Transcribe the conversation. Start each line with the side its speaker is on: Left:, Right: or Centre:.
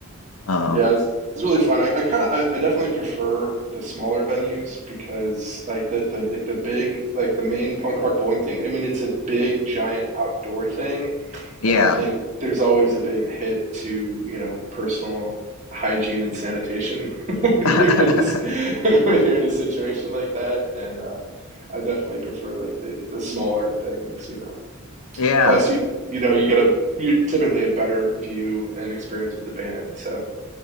Left: um,
Right: yeah. It's, it's really fun. I, I kind of, I, I definitely prefer the smaller venues because like the the the, the big like the main punk rock bowling thing. I mean, it's a big giant outdoor thing.
Left: yeah,
Right: and I think there's always a big hit to, you know, personal hygiene and sanitation <laughs> when
Left: <laughs>
Right: you're in this, <laughs> when you're in a situation like that. And uh, I definitely prefer like the the smaller things, you know.
Left: yeah.
Right: Plus, you you know, you get a you typically a better view and experience with the band. So,